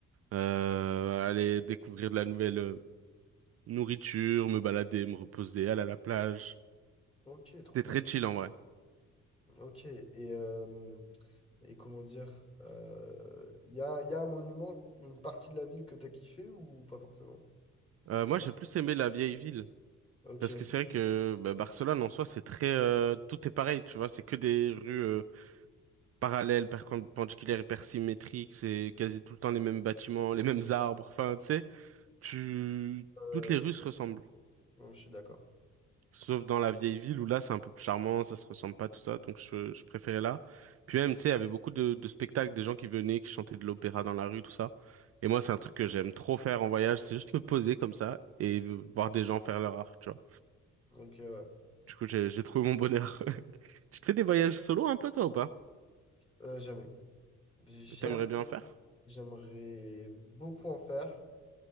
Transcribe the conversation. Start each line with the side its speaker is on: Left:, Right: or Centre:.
Right: euh, aller découvrir de la nouvelle. euh, Nourriture, me balader, me reposer, aller à la plage.
Left: Ok, trop
Right: C'était
Left: bien.
Right: très chill en vrai.
Left: Ok, et, euh, et comment dire, euh, il y a, y a un monument, une partie de la ville que t'as kiffé ou pas forcément?
Right: Euh, moi, j'ai plus aimé la vieille ville.
Left: Ok,
Right: Parce
Left: euh,
Right: que c'est vrai que bah, Barcelone en soi, c'est très... euh, tout est pareil, tu vois. C'est que des rues euh, parallèles, perpendiculaires, hyper symétriques. C'est quasi tout le temps les mêmes bâtiments, les mêmes arbres. Enfin, tu sais, tu... toutes
Left: euh,
Right: les rues se ressemblent.
Left: non, je suis d'accord.
Right: Sauf dans la vieille ville où là c'est un peu plus charmant, ça se ressemble pas tout ça, donc je, je préférais là. Puis même, tu sais, il y avait beaucoup de, de spectacles, des gens qui venaient, qui chantaient de l'opéra dans la rue, tout ça. Et moi, c'est un truc que j'aime trop faire en voyage, c'est juste me poser comme ça et voir des gens faire leur art, tu vois.
Left: Donc, euh, ouais.
Right: Du coup, j'ai, j'ai trouvé mon bonheur. <laughs> Tu te fais des voyages solo un peu, toi, ou pas?
Left: Euh, euh, jamais. Jamais.
Right: T'aimerais bien en faire?
Left: J'aimerais beaucoup en faire.